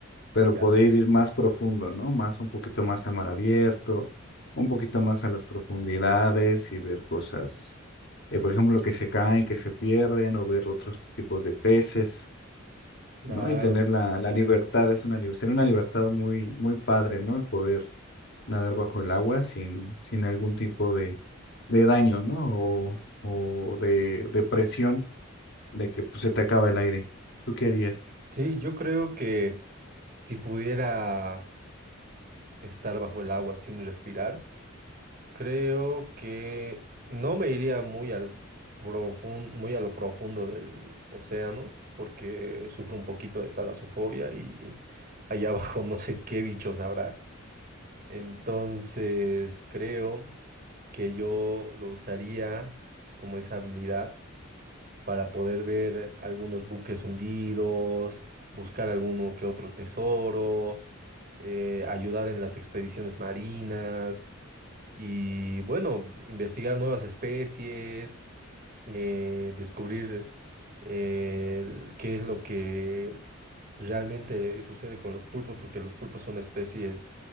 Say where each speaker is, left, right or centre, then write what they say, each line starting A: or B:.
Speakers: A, on the left (about 55°); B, on the right (about 45°).
A: pero
B: ya,
A: poder ir más profundo, ¿no? Más un poquito más a mar abierto, un poquito más a las profundidades y ver cosas, eh, por ejemplo, que se caen, que se pierden, o ver otros tipos de peces,
B: claro.
A: ¿no? Y tener la, la libertad, es una libertad, una libertad muy, muy padre, ¿no? El poder nadar bajo el agua sin, sin algún tipo de, de daño, ¿no? O, o de, de presión de que pues, se te acaba el aire. ¿Tú qué harías?
B: Sí, yo creo que si pudiera estar bajo el agua sin respirar, Creo que no me iría muy al profun- muy a lo profundo del océano, porque sufro un poquito de talasofobia y allá <laughs> abajo no sé qué bichos habrá. Entonces creo que yo lo usaría como esa habilidad para poder ver algunos buques hundidos, buscar alguno que otro tesoro, eh, ayudar en las expediciones marinas. Y bueno, investigar nuevas especies, eh, descubrir eh, el- qué es lo que realmente sucede con los pulpos, porque los pulpos son especies